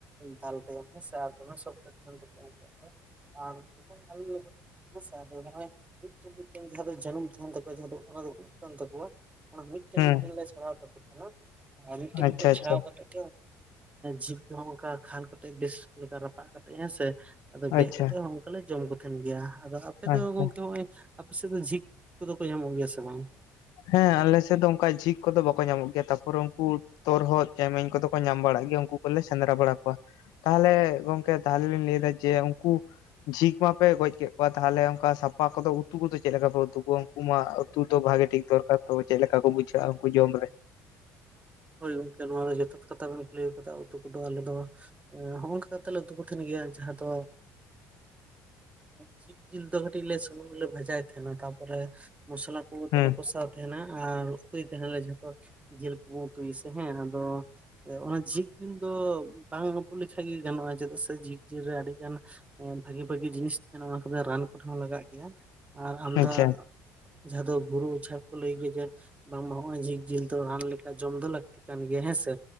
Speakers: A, on the right (about 20°); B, on the left (about 75°).
A: ᱫᱟᱞ ᱛᱟᱭᱟᱢ᱾ ᱦᱮᱸ ᱥᱮ᱾ ᱟᱨ ᱫᱚᱢᱮ ᱥᱚᱠᱛᱚ ᱛᱟᱦᱮᱱ ᱛᱟᱠᱚᱣᱟ ᱩᱱᱠᱩ ᱣᱟᱜ ᱫᱚ᱾ ᱟᱨ ᱡᱚᱠᱦᱚᱱ <unintelligible> ᱦᱮᱸ ᱥᱮ, ᱟᱫᱚ ᱱᱚᱜ-ᱚᱭ ᱢᱤᱫᱴᱷᱮᱱ ᱢᱤᱫᱴᱮᱱ ᱡᱟᱦᱟᱸ ᱫᱚ ᱡᱟᱱᱩᱢ ᱛᱟᱦᱮᱱ ᱛᱟᱠᱚᱣᱟ ᱡᱟᱦᱟᱸ ᱫᱚ ᱚᱱᱟ ᱫᱚ ᱩᱵ ᱠᱟᱱ ᱛᱟᱠᱚᱣᱟ᱾ ᱚᱱᱟ ᱢᱤᱫᱴᱮᱱ
B: ᱦᱮᱸ
A: ᱢᱤᱫᱴᱮᱱ ᱞᱮ ᱪᱷᱟᱲᱟᱣ ᱛᱟᱠᱚ ᱛᱟᱦᱮᱸᱱᱟ ᱟᱨ ᱢᱤᱫᱴᱮᱱ
B: ᱟᱪᱪᱷᱟ
A: ᱢᱤᱫᱴᱮᱱ
B: ᱟᱪᱪᱷᱟ
A: ᱪᱷᱟᱲᱟᱣ ᱠᱟᱛᱮᱫ ᱡᱷᱤᱠ ᱫᱚ ᱦᱟᱸᱜ ᱚᱝᱠᱟ ᱠᱷᱟᱞ ᱠᱟᱛᱮᱜ ᱵᱮᱥ ᱞᱮᱠᱟ ᱨᱟᱯᱟᱜ ᱠᱟᱛᱮᱜ ᱦᱮᱸᱥᱮ, ᱟᱫᱚ ᱜᱮᱜ
B: ᱟᱪᱪᱷᱟ
A: ᱠᱟᱛᱮᱜ ᱦᱚᱸ ᱚᱝᱠᱟᱞᱮ ᱡᱚᱢ ᱠᱚ ᱛᱟᱦᱮᱱ ᱜᱮᱭᱟ ᱟᱫᱚ ᱟᱯᱮ
B: ᱟᱪᱪᱷᱟ
A: ᱫᱚ ᱜᱚᱝᱠᱮ ᱦᱚᱸᱜ-ᱚᱭ ᱟᱯᱮ ᱥᱮᱫ ᱫᱚ ᱡᱷᱤᱠ ᱠᱚᱫᱚ ᱠᱚ ᱧᱟᱢᱚᱜ ᱜᱮᱭᱟ ᱥᱮ ᱵᱟᱝ?
B: ᱦᱮᱸ ᱟᱞᱮ ᱥᱮᱫ ᱫᱚ ᱚᱝᱠᱟ ᱡᱷᱤᱠ ᱠᱚᱫᱚ ᱵᱟᱠᱚ ᱧᱟᱢᱚᱜ ᱜᱮᱭᱟ ᱛᱟᱯᱚᱨᱮ ᱩᱝᱠᱩ ᱛᱚᱨᱦᱚᱫ ᱪᱮᱢᱮᱧ ᱠᱚᱫᱚ ᱠᱚ ᱧᱟᱢ ᱵᱟᱲᱟᱜ ᱜᱮᱭᱟ ᱩᱝᱠᱩ ᱠᱚᱞᱮ ᱥᱮᱸᱫᱽᱨᱟ ᱵᱟᱲᱟ ᱠᱚᱣᱟ᱾ ᱛᱟᱦᱟᱞᱮ ᱜᱚᱝᱠᱮ ᱛᱟᱦᱟᱞᱮ ᱞᱤᱧ ᱞᱟᱹᱭ ᱫᱟ ᱡᱮ ᱩᱝᱠᱩ ᱡᱷᱤᱠ ᱢᱟᱯᱮ ᱜᱚᱡ ᱠᱮᱫ ᱠᱚᱣᱟ ᱛᱟᱦᱟᱞᱮ ᱚᱝᱠᱟ ᱥᱟᱯᱟ ᱠᱚᱫᱚ ᱩᱛᱩ ᱠᱚᱫᱚ ᱪᱮᱫ ᱞᱮᱠᱟ ᱯᱮ ᱩᱛᱩ ᱠᱚᱣᱟ ᱩᱝᱠᱩ ᱢᱟ ᱩᱛᱩ ᱫᱚ ᱵᱷᱟᱜᱮ ᱴᱷᱤᱠ ᱫᱚᱨᱠᱟᱨ ᱛᱚ ᱪᱮᱫ ᱞᱮᱠᱟ ᱠᱚ ᱵᱩᱡᱷᱟᱹᱜᱼᱟ ᱩᱝᱠᱩ ᱡᱚᱢ ᱨᱮ?
A: ᱦᱳᱭ ᱜᱚᱝᱠᱮ ᱱᱚᱣᱟ ᱫᱚ ᱡᱚᱛᱷᱟᱛ ᱠᱟᱛᱷᱟ ᱵᱮᱱ ᱠᱩᱞᱤᱭᱟ ᱠᱟᱫᱟ ᱩᱛᱩ ᱠᱚᱫᱚ ᱟᱞᱮ ᱫᱚ ᱦᱚᱸᱜᱼᱚᱝᱠᱟ ᱠᱟᱛᱮᱜ ᱞᱮ ᱩᱛᱩ ᱠᱚ ᱛᱷᱮᱱ ᱜᱮᱭᱟ ᱡᱟᱦᱟᱸ ᱫᱚ ᱡᱦᱤᱠ ᱡᱤᱞ ᱫᱚ ᱠᱟᱹᱴᱤᱡ ᱞᱮ ᱥᱩᱱᱩᱢ ᱨᱮᱞᱮ ᱵᱷᱟᱡᱟᱭ ᱛᱟᱦᱮᱱᱟ ᱛᱟᱯᱚᱨᱮ ᱢᱚᱥᱞᱟ ᱛᱩᱩ ᱟᱛᱮᱞᱮ
B: ᱦᱩᱸ
A: ᱠᱚᱥᱟᱣ ᱛᱟᱦᱮᱱᱟ ᱟᱨ ᱩᱛᱩᱭ ᱛᱟᱦᱮᱱᱟᱞᱮ ᱡᱷᱚᱛᱚ ᱡᱤᱞ ᱠᱚ ᱠᱚ ᱩᱛᱩᱭᱟᱥᱮ ᱦᱮᱸ ᱟᱫᱚ ᱚᱱᱟ ᱡᱷᱤᱠ ᱡᱤᱞ ᱫᱚ ᱵᱟᱝ ᱟᱹᱵᱩᱜ ᱞᱮᱠᱷᱟᱡ ᱜᱮ ᱜᱟᱱᱚᱜᱼᱟ ᱪᱮᱫᱟᱜ ᱥᱮ ᱡᱷᱤᱠᱼᱡᱤᱞ ᱨᱮ ᱟᱹᱰᱤ ᱜᱟᱱ ᱵᱷᱟᱜᱤ ᱵᱷᱟᱜᱤ ᱡᱤᱱᱤᱥ ᱛᱟᱦᱮᱱᱟ ᱚᱱᱟ ᱠᱚᱫᱚ ᱨᱟᱱ ᱠᱚᱨᱮ ᱦᱚᱸ ᱞᱟᱜᱟᱜ ᱜᱮᱭᱟ ᱟᱨ ᱟᱢᱫᱟ
B: ᱟᱪᱪᱷᱟ
A: ᱡᱟᱦᱟᱸ ᱫᱚ ᱵᱩᱨᱩ ᱚᱡᱷᱟ ᱠᱚ ᱞᱟᱹᱭ ᱜᱚᱡᱟ ᱵᱟᱝ ᱢᱟ ᱦᱚᱸᱜ ᱚᱭ ᱡᱷᱤᱠ ᱡᱤᱞ ᱫᱚ ᱨᱟᱱ ᱞᱟᱹᱜ ᱡᱚᱢ ᱫᱚ ᱞᱟᱹᱠᱛᱤ ᱠᱟᱱ ᱜᱮᱭᱟ ᱦᱮᱸᱥᱮ